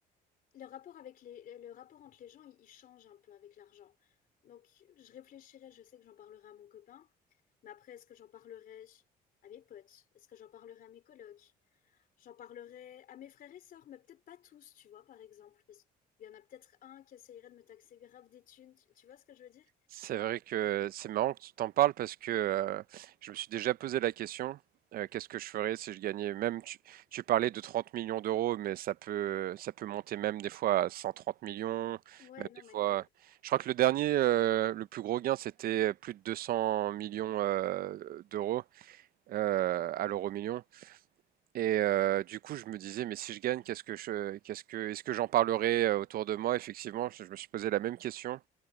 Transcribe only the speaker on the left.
Le rapport avec les, le rapport entre les gens, il, il change un peu avec l'argent. Donc, je réfléchirai, je sais que j'en parlerai à mon copain, mais après, est-ce que j'en parlerai à mes potes? Est-ce que j'en parlerai à mes colocs? J'en parlerai à mes frères et sœurs, mais peut-être pas tous, tu vois, par exemple, parce qu'il y en a peut-être un qui essayerait de me taxer grave des thunes, tu, tu vois ce que je veux dire?
Ouais,
non,
mais
grave.
Mhm.